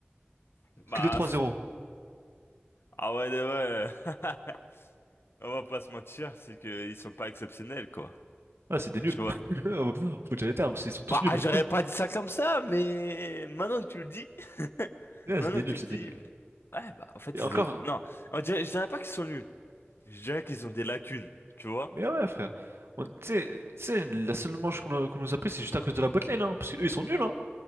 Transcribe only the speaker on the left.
Bah,
pff. ah ouais, ouais. ouais. <laughs> On va pas se mentir, c'est qu'ils sont pas exceptionnels, quoi.
Tu vois?
Bah,
j'aurais pas dit ça comme ça, mais maintenant que tu le dis, <laughs>
maintenant
que
tu
le dis,
ouais, bah, en fait,
ils ont, non, on dirait- je dirais pas qu'ils sont nuls. Je dirais qu'ils ont des lacunes, tu vois.